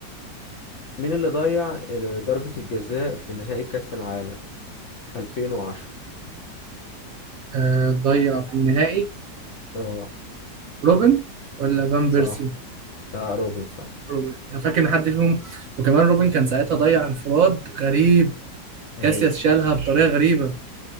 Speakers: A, on the left; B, on the right.
A: مين اللي ضيع ضربة الجزاء في نهائي كأس العالم 2010
B: آه، ضيع في النهائي
A: اه
B: روبن ولا فان
A: صح
B: بيرسي
A: لا روبن صح
B: روبن انا فاكر ان حد فيهم وكمان روبن كان ساعتها ضيع انفراد غريب
A: ايوه
B: كاسياس شالها بطريقه غريبه